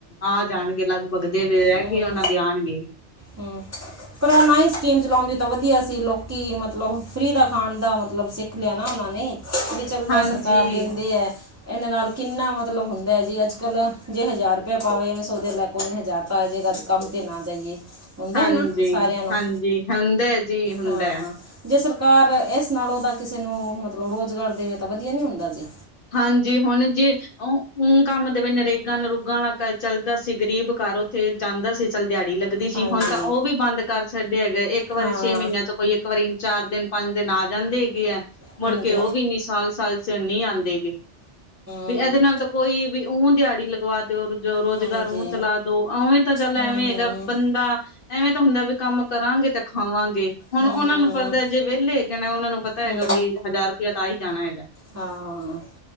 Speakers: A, on the left; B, on the right.
A: ਆ ਜਾਣਗੇ ਲਗਭਗ ਜਿਹੜੇ ਰਹਿ
B: ਹਮ,
A: ਗਏ ਉਹਨਾਂ ਦੇ ਆਣਗੇ।
B: ਹੂੰ। ਪਰ ਨਾ ਹੀ ਸਕੀਮ ਚਲਾਦੇ ਤਾਂ ਵਧੀਆ ਸੀ, ਲੋਕੀ ਮਤਲਬ ਫ੍ਰੀ ਦਾ ਖਾਣ ਦਾ ਮਤਲਬ ਸਿੱਖ ਲੈਣਾ ੳਹਨੇ ਬਈ ਚੱਲ
A: ਹਾਂਜੀ,
B: ਸਰਕਾਰ ਦਿੰਦੇ ਏ। ਇਹਦੇ ਨਾਲ ਕਿੰਨਾ ਮਤਲਬ ਹੁੰਦਾ ਏ ਜੀ ਅੱਜ ਕੱਲ੍ਹ ਜੇ ਹਜ਼ਾਰ ਰੁਪਇਆ ਪਾਵੇ ਐਵੇਂ ਸ ਉਹਦੇ ਲੈ ਕੋਨੇ ਹਜ਼ਾਰ ਤਾ ਆ ਜਾੇਗਾ ਅੱਜ ਕੰਮ ਤੇ ਨਾ ਜਾਈਏ। ਹੁੰਦਾ
A: ਹਾਂਜੀ,
B: ਨਾ ਸਾਰਿਆਂ ਨੂੰ
A: ਹਾਂਜੀ ਹੁੰਦਾ ਜੀ ਹੁੰਦਾ।
B: ਹਾਂ। ਜੇ ਸਰਕਾਰ ਇਸ ਨਾਲ ਉਹਦਾ ਕਿਸੇ ਨੂੰ ਮਤਲਬ ਰੋਜ਼ਗਾਰ ਦੇਵੇ ਤਾਂ ਵਧੀਆ ਨਹੀਂ ਹੁੰਦਾ ਜੇ।
A: ਹਾਂਜੀ ਹੁਣ ਜੇ ਉਹ ਕੰਮ ਦੇ ਵਿੱਚ ਨਰੇਗਾ ਨਰੂਗਾਾਂ ਵਾਲਾ ਚੱਲਦਾ ਸੀ, ਗਰੀਬ ਘਰ ਉੱਥੇ ਜਾਂਦਾ ਸੀ ਚੱਲ ਦਿਹਾੜੀ ਲੱਗਦੀ ਸੀ
B: ਹਾਂਜੀ
A: ਹੁਣ ਤਾਂ ਉਹ ਵੀ ਬੰਦ ਕਰ ਛੱਡਿਆ ਹੈਗਾ, ਇੱਕ ਵਾਰੀ
B: ਹਾਂ
A: ਛੇ ਮਹੀਨਿਆਂ ਚ ਕੋਈ ਇੱਕ ਵਾਰੀ ਚਾਰ ਦਿਨ ਪੰਜ ਦਿਨ ਆ ਜਾਂਦੇ ਹੈਗੇ ਹੈ, ਮੁੜ
B: ਹਾਂਜੀ
A: ਕੇ ਉਹ ਵੀ ਇੰਨੀ ਸਾਲ ਸਾਲ ਨੀ ਆਉਂਦੇ ਗੇ
B: ਹੂੰ
A: ਬਈ ਇਹਦੇ ਨਾਲ ਤਾਂ ਕੋਈ ਵੀ ਊਹ ਦਿਹਾੜੀ ਲ ਲਵਾ ਦਿਓ ਰ ਰੋਜ਼ਗਾਰ
B: ਹਾਂਜੀ
A: ਚਲਾ ਦੋ ਉਵੇਂ ਤਾਂ ਚੱਲ
B: ਹੂੰ
A: ਐਵੇਂ ਹੈਗਾ ਬੰਦਾ ਐਵੇਂ ਤਾਂ ਹੁੰਦਾ ਵੀ ਕੰਮ ਕਰਾਂਗੇ ਤੇ ਖਾਵਾਂਗੇ, ਹੁਣ
B: ਹੂੰ
A: ਉਹਨਾਂ ਨੂੰ ਪਤਾ ਜੇ ਵਿਹਲੇ ਕਿ ਨਾ ਉਹਨਾਂ ਨੂੰ ਪਤਾ ਪਤਾ
B: ਹੂੰ
A: ਹੈਗਾ ਵੀ ਹਜ਼ਾਰ ਰੁਪਇਆ ਤਾਂ ਹੀ ਜਾਣਾ ਹੈਗਾ।
B: ਹਾਂ